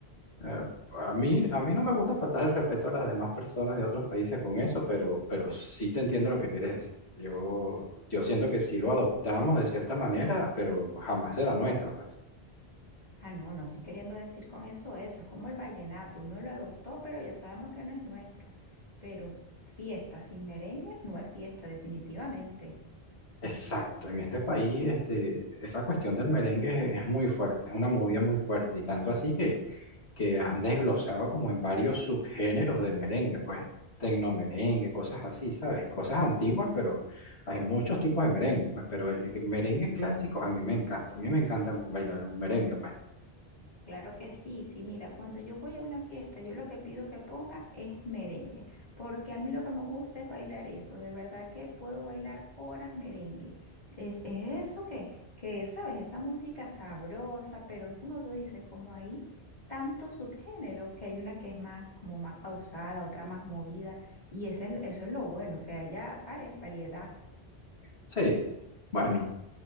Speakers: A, on the left; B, on the left.
A: Eh, a mí, a mí no me gusta faltar el respeto a las demás personas de otros países con eso, pero, pero sí te entiendo lo que quieres decir. Yo, yo siento que sí lo adoptamos de cierta manera, pero jamás será nuestro, pues.
B: Ah, no, no estoy queriendo decir con eso eso, es como el vallenato, uno lo adoptó, pero ya sabemos que no es nuestro. Pero fiesta sin merengue no es fiesta, definitivamente.
A: Exacto, en este país este, esa cuestión del merengue es, es muy fuerte, es una movida muy fuerte y tanto así que, que han desglosado como en varios subgéneros de merengue, pues tecnomerengue, cosas así, ¿sabes? Cosas antiguas, pero hay muchos tipos de merengue, pues pero el merengue clásico a mí me encanta, a mí me encanta bailar un merengue, pues
B: Claro que sí, sí, mira, cuando yo voy a una fiesta, yo lo que pido que pongan es merengue, porque a mí lo que me gusta es bailar eso, de verdad que puedo bailar horas merengue. Es, es eso que, que, sabes, esa música sabrosa, pero es como tú dices, como hay tantos subgéneros, que hay una que es más, como más pausada, otra más movida, y ese es- eso es lo bueno, que haya varias, variedad.
A: sí, bueno,